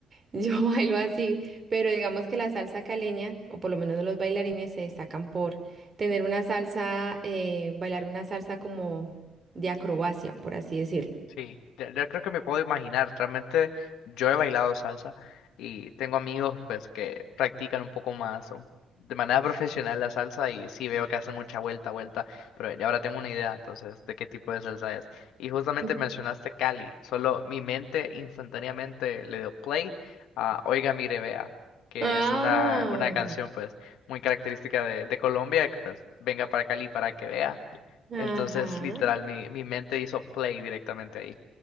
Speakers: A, on the right; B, on the left.
A: yo <laughs> bailo así, pero digamos que la salsa caleña, o por lo menos los bailarines, se destacan por tener una salsa, eh, bailar una salsa como de acrobacia, por así decirlo.
B: Sí, ya, ya creo que me puedo imaginar. Realmente yo he bailado salsa y tengo amigos pues que practican un poco más o de manera profesional la salsa y sí veo que hacen mucha vuelta, vuelta, pero ya ahora tengo una idea entonces de qué tipo de salsa es. Y justamente
A: Mm.
B: mencionaste Cali, solo mi mente instantáneamente le dio play a Oiga, mire, vea, que
A: Ah,
B: es una, una canción pues muy característica de, de Colombia, que pues venga para Cali para que vea.
A: ajá.
B: Entonces, literal, mi, mi mente hizo play directamente ahí.